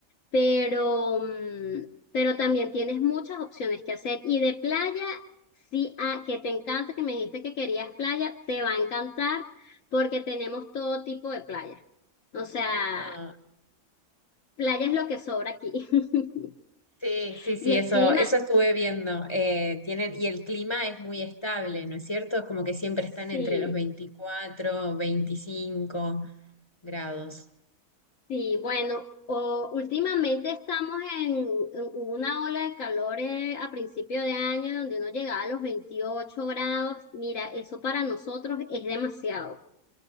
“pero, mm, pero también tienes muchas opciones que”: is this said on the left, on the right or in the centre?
Left